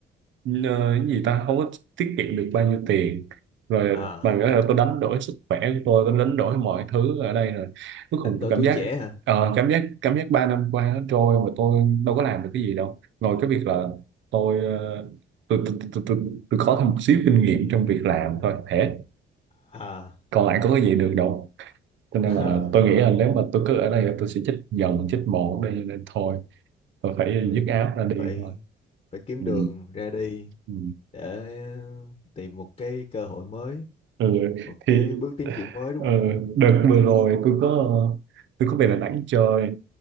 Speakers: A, on the right; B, on the left.
A: Nhờ cái gì ta không có tiết kiệm được bao nhiêu tiền rồi
B: ờ
A: bằng cái là tôi đánh đổi sức khỏe của tôi tôi đánh đổi mọi thứ ở đây rồi cuối cùng
B: đánh đổi
A: tôi cảm
B: tuổi
A: giác
B: trẻ hả
A: ờ, cảm giác cảm giác ba năm qua nó trôi mà tôi đâu có làm được cái gì đâu ngoài cái việc là tôi ờ, tôi tôi, tôi, tôi, tôi có thêm một xíu kinh nghiệm trong việc làm thôi thế
B: ờ
A: còn lại có cái gì được đâu cho nên
B: ờ
A: là tôi nghĩ là nếu mà tôi cứ ở đây là tôi sẽ chết dần chết mòn ở đây cho nên thôi tôi
B: <laughs>
A: phải
B: ừ.
A: dứt áo ra đi
B: phải
A: thôi
B: phải kiếm
A: ừ.
B: đường ra đi
A: Ừ.
B: để tìm một cái cơ hội mới
A: ừ,
B: một
A: thì
B: cái bước tiến triển mới đúng
A: ừ,
B: không
A: đợt vừa rồi tôi có tôi có về Đà Nẵng chơi